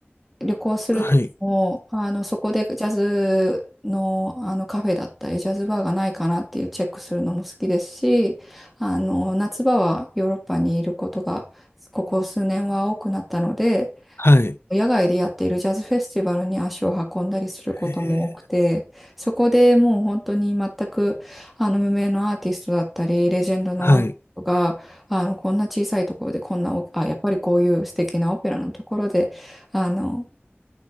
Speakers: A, in the centre; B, on the left.
A: 旅行する時も、
B: はい、
A: あの、そこでジャズの、あのカフェだったり、ジャズバーがないかなっていうチェックするのも好きですし、あの、夏場はヨーロッパにいることが、ここ数年は多くなったので、
B: はい、
A: 野外でやっているジャズフェスティバルに足を運んだりすることも多くて、
B: えー
A: そこでもう本当に全く、あの、無名のアーティストだったり、レジェンドのアーティストが、
B: はい、
A: あの、こんな小さいところで、こんなお、あ、やっぱりこういう素敵なオペラのところで、あの、